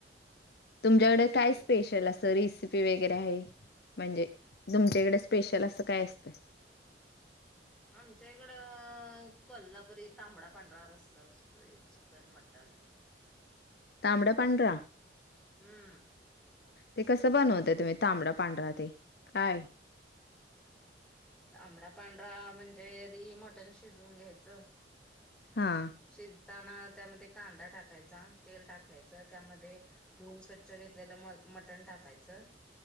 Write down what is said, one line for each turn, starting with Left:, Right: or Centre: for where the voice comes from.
Left: तुमच्याकडे
Centre: बोला
Left: काय
Centre: की
Left: स्पेशल असंत रेसिपी वगैरे आहे?. म्हणजे, तुमच्याकडे स्पेशल असं काय असतं?
Centre: आमच्या इकड कोल्हापुरी तांबडा पांढरा रस्सा आसतोयच. Chicken, mutton.
Left: तांबड पांढरा?.
Centre: हम्म.
Left: ते कसं बनवताय तुम्ही पांढरा ते काय?.
Centre: तांबडा पांढरा म्हणजे आधी मटण शिजवून घ्यायचं.
Left: हा.
Centre: शिजताना त्यामध्ये कांदा टाकायचा तेल टाकायच त्यामध्ये धुवून स्वच्छ घेतलेलं म मटण टाकायचं.